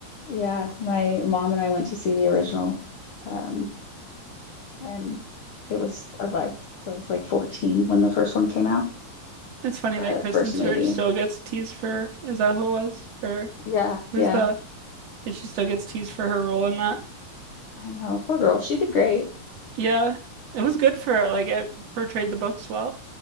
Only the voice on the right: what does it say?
It's funny
that Kristen
Stewart
still gets teased for, is that who it was? Or
who's
the, and she still gets teased for her role in that.
Yeah, it was good for her. Like it portrayed the books well.